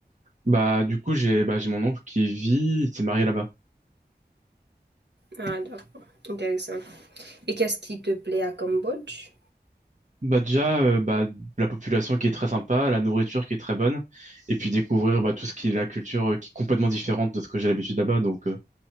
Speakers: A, on the right; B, on the right.
A: Bah, du coup, j'ai, bah, j'ai mon oncle qui vit, il s'est marié là-bas.
B: Ah, d'accord. Intéressant. Et qu'est-ce qui te plaît à Cambodge?
A: Bah, déjà, euh, bah, la population qui est très sympa, la nourriture qui est très bonne, et puis découvrir, bah, tout ce qui est la culture euh, qui est complètement différente de ce que j'ai l'habitude là-bas. Donc, euh,